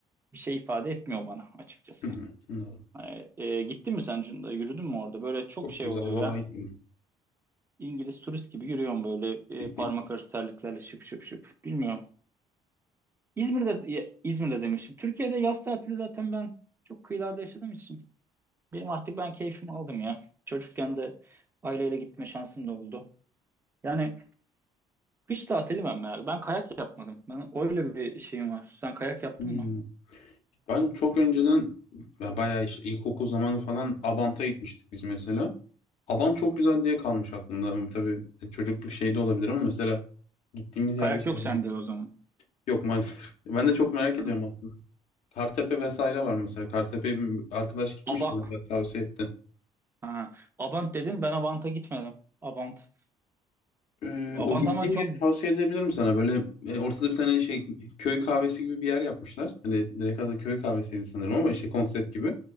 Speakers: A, on the right; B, on the left.
A: bir şey ifade etmiyor bana açıkçası.
B: Hı hı.
A: Hani, e, gittin mi sen Cunda? Yürüdün mü orada? Böyle çok
B: Çok
A: şey
B: güzel
A: oluyor
B: vallahi
A: ya.
B: gitmedim.
A: İngiliz turist gibi yürüyorum böyle
B: <laughs>
A: e, parmak arası terliklerle şıp şıp şıp. Bilmiyorum. İzmir'de ya, İzmir'de demişim. Türkiye'de yaz tatili zaten ben çok kıyılarda yaşadığım için. Benim artık ben keyfimi aldım ya. Çocukken de aileyle gitme şansım da oldu. Yani kış tatili ben merak. Ben kayak yapmadım. Ben öyle bir şeyim var. Sen kayak yaptın
B: Hmm.
A: mı?
B: Ben çok önceden ya bayağı işte ilkokul zamanı falan Abant'a gitmiştik biz mesela. Abant çok güzel diye kalmış aklımda. Ama Tabii e, çocukluk şey de olabilir ama mesela gittiğimiz
A: Kayak
B: yerde işte
A: yok
B: Abant
A: sende o zaman.
B: yok maalesef. <laughs> Ben de çok merak
A: Ha.
B: ediyorum aslında. Kartepe vesaire var mesela. Kartepe'ye bir arkadaş gitmişti
A: Aba
B: bana tavsiye etti.
A: ha. Abant dedin. Ben Abant'a gitmedim. Abant.
B: Ee,
A: Abant
B: o gittiğim
A: ama çok
B: yeri tavsiye edebilirim sana. Böyle e, ortada bir tane şey köy kahvesi gibi bir yer yapmışlar. Hani direkt adı köy kahvesiydi sanırım ama işte konsept gibi.